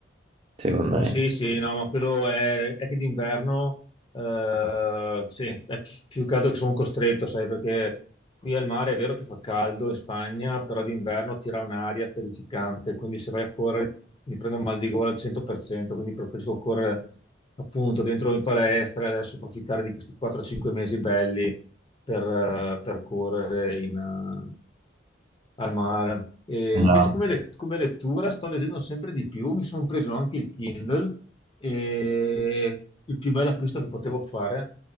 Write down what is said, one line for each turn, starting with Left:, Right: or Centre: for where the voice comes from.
Right: secondo me.
Left: Sì, sì, no, ma quello è, è che d'inverno, eh, sì, è pi- più che altro che sono costretto, sai, perché qui al mare è vero che fa caldo in Spagna, però d'inverno tira un'aria terrificante, quindi se vai a correre mi prendo il mal di gola al 100%, quindi preferisco correre appunto dentro in palestra e adesso approfittare di questi 4-5 mesi belli per, eh, per correre in, eh, al mare. E
Right: Esatto,
Left: invece come, le- come lettura sto leggendo sempre di più, mi sono preso anche il Kindle e il più bello acquisto che potevo fare